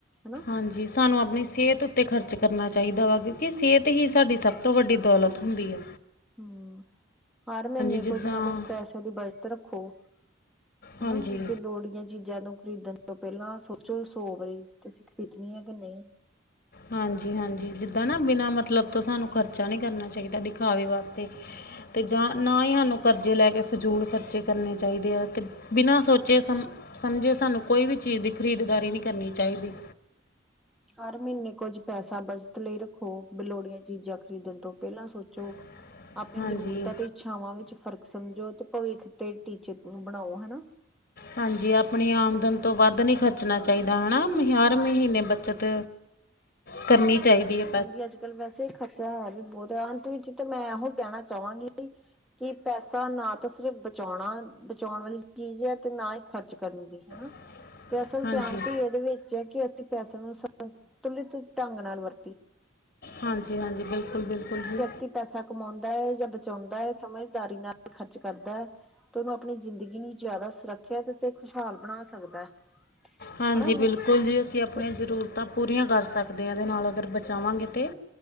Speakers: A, in the centre; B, on the left (about 50°).
A: ਹਨਾ।
B: ਹਾਂਜੀ ਸਾਨੂੰ ਆਪਨੀ ਸੇੲਤ ਉੱਤੇ ਖਰਚ ਕਰਨਾ ਚਾਈਦਾ ਵਾ ਕਿਉਂਕਿ ਸੇੲਤ ਈ ਸਾਡੀ ਸਬ ਤੋਂ ਵੱਡੀ ਦੌਲਤ ਹੁੰਦੀ ਐ।
A: ਹੂੰ ਹਰ ਮੀਨੇ
B: ਜਿੱਦਾਂ
A: ਕੁੱਝ ਨਾ ਕੁੱਝ ਪੈਸੇਆਂ ਦੀ ਬਚਤ ਰੱਖੋ। ਹਨਾ
B: ਹਾਂਜੀ
A: ਬੀ ਲੋੋੜੀਆ ਚੀ ਚੀਜਾਂ ਖਰੀਦਨ ਤੋਂ ਪੈਲਾਂ ਸੋਚੋ ਸੌ ਵਾਰੀ ਕਿ ਅਸੀਂ ਖਰੀਦਨੀ ਐ ਕਿ ਨਈਂ।
B: ਹਾਂਜੀ-ਹਾਂਜੀ ਜਿੱਦਾਂ ਨਾ ਬਿਨਾਂ ਮਤਲਬ ਤੋਂ ਸਾਨੂੰ ਖਰਚਾ ਨੀ ਕਰਨਾ ਚਾਈਦਾ ਦਿ ਖਾਵੇ ਵਾਸਤੇ ਤੇ ਜਾਂ ਨਾ ਈਹਾਨੂੰ ਕਰਜ਼ੇ ਲੈ ਕੇ ਫਜੂਲ ਖਰਚੇ ਕਰਨੇ ਚਾਈਦੇ ਐ ਤੇ ਬਿਨਾਂ ਸੋਚੇ ਸਮ-ਸਮਝੇ ਸਾਨੂੰ ਕੋਈ ਵੀ ਚੀਜ਼ ਦੀ ਖਰੀਦਦਾਰੀ ਨੀ ਕਰਨੀ ਚਾਈਦੀ।
A: ਹਰ ਮੀਨੇ ਕੁੱਝ ਪੈਸਾ ਬਚਤ ਲਈ ਰੱਖੋ ਬੀ ਲੋੜੀਆਂ ਚੀਜ਼ਾਂ ਖਰੀਦਨ ਤੋਂ ਪੈਲਾਂ ਸੋਚੋ।
B: <inaudible>
A: ਆਪਨੀ
B: ਹਾਂਜੀ
A: ਜ਼ਰੂਰਤਾਂ ਤੇ ਇੱਛਾਵਾਂ ਵਿੱਚ ਫ਼ਰਕ ਸਮਝੋ ਅਤੇ ਭਵਿੱਖ ਤੇ ਟੀਚੇ ਨੂੰ ਬਨਾਓ ਹਨਾ।
B: ਹਾਂਜੀ ਆਪਨੀ ਆਮਦਨ ਤੋਂ ਵੱਧ ਨੀ ਖਰਚਨਾ ਚਾਈਦਾ ਹਨਾ ਵੀ ਹਰ ਮਹੀਨੇ ਬੱਚਤ ਕਰਨੀ ਚਾਈਦੀ ਆ।
A: ਹਾਂਜੀ, ਅੱਜ-ਕੱਲ ਵੈਸੇ ਖਰਚਾ ਹੈ ਵੀ ਬੋਤ ਅੰਤ ਵਿੱਚ ਤਾਂ ਮੈਂ ਏਹੋ ਕੈਣਾ ਚਾਵਾਂਗੀ ਕਿ ਪੈਸਾ ਨਾ ਤਾਂ ਸਿਰਫ ਬਚੋਨਾ ਬਚੋਨ ਵਾਲੀ ਚੀਜ਼ ਐ ਤੇ ਨਾ ਈ ਖ਼ਰਚ ਕਰਨ ਦੀ ਹਨਾ।
B: <inaudible>
A: ਤੇ ਅਸਲ
B: ਹਾਂਜੀ
A: ਸਿਆਣਪ ਵੀ ਇਹਦੇ ਵਿੱਚ ਹੈ ਕਿ ਅਸੀਂ ਪੈਸੇ ਨੂੰ ਸੰਤੁਲਿਤ ਢੰਗ ਨਾਲ ਵਰ
B: ਹਾਂਜੀ-ਹਾਂਜੀ, ਬਿਲਕੁਲ-ਬਿਲਕੁਲ ਜੀ।
A: ਕਿ ਪੈਸਾ ਕਮਾਉਂਦਾ ਹੈ ਜਾਂ ਬਚਾਉਂਦਾ ਹੈ, ਸਮਝਦਾਰੀ ਨਾਲ ਖਰਚ ਕਰਦਾ ਹੈ ਤੇ ਉਹਨੂੰ ਆਪਣੀ ਜ਼ਿੰਦਗੀ ਨੂੰ ਜਿਆਦਾ ਸੁਰੱਖਿਅਤ ਤੇ ਖੁਸ਼ਹਾਲ ਬਣਾ ਸਕਦਾ ਹੈ।
B: ਹਾਂਜੀ
A: ਹਨਾ ਜੀ
B: ਬਿਲਕੁਲ ਬਿਲਕੁਲ ਜੀ ਅਸੀਂ ਆਪਣੀਆਂ
A: ਤੇ
B: ਜ਼ਰੂਰਤਾਂ ਪੂਰੀਆਂ ਕਰ ਸਕਦੇ ਹਾਂ ਇਦੇ ਨਾਲ ਅਗਰ ਬਚਾਵਾਂਗੇ ਤੇ